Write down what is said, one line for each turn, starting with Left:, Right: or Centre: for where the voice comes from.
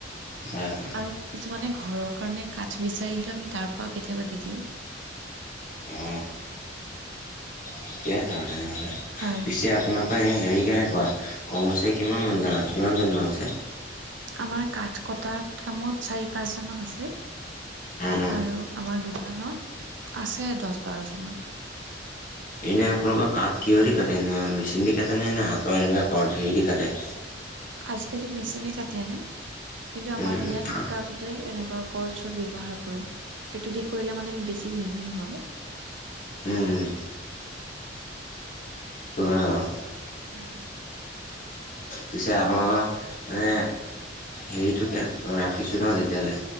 Left: হয় হয়
Right: আৰু কিছুমানে ঘৰৰ কাৰণে কাঠ বিচাৰি আহিলেও আমি তাৰ পৰাও কেতিয়াবা দি দিওঁ
Left: অ, ঠিকে আছে
Right: হয়
Left: পিছে আপোনাক অ হেৰি কেনেকোৱা কম হৈছে কিমান মান জানা কিমানজন মান মানুহ আছে
Right: আমাৰ কাঠ কটাত কামত চাৰি পাঁচজনমান আছে
Left: উম উম
Right: আৰু আমাৰ দোকানত আছে দছ বাৰজনমান
Left: এনেই আপোনালোকৰ কাঠ কিহৰ দি কাটে এনে মেচিন দি কাটেনে নে হাতৰ এনেকুৱা কৰত হেৰি দি কাটে?
Right: আজিকালি মেচিনেই কাটি আনে কিন্তু আমাৰ
Left: উম
Right: ইয়াত গাঁৱত তে এনেকুৱা কৰৰ্ট চৰৰ্ট ব্যৱহাৰ কৰে সেইটো দি কৰিলে মানে বেছি মিহি হয়।
Left: উম উম ত হয় আও
Right: হয়
Left: পিছে আপোনা পৰা মানে হেৰিটো কে ৰাখিছোঁ ন তেতিয়াহ'লে